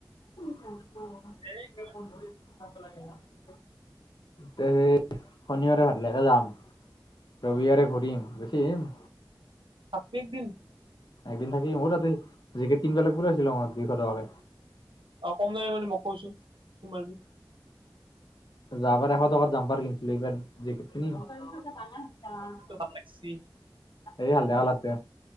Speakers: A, on the left; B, on the right.
A: অ', অ'।
B: থাকবি
A: <inaudible> <inaudible> সেই শনিবাৰে ভাতলাকে যাম, ৰবিবাৰে ঘূৰিম গুচি আহিম।
B: থাকবি এক দিন?
A: একদিন থাকিম, অ তাতে জেকেট কিনিব লাগবোৰ চিলঙত দুইশ টকাকে।
B: অ', কম দামী পালি মোক কবিচোন ফোন মাৰিবি।
A: যাবাৰ এশ টকাত জাম্পাৰ কিনছিলো এইবাৰ জেকেট কিনিম।
B: ভাল লাগছি।
A: এই হালদিয়া কালাৰটোৱে।